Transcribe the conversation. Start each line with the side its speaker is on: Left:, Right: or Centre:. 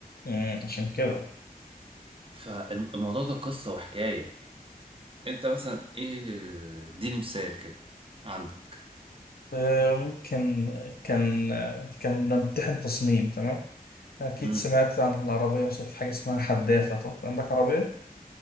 Left: مم، عشان كده
Right: فالموضوع ده قصة وحكاية انت مثلا ايه اديني مثال كده عندك
Left: آه، ممكن كان آه، كان بنمتحن تصميم تمام أكيد
Right: امم
Left: سمعت عن العربية مثلا في حاجة اسمها حدافة طب عندك عربية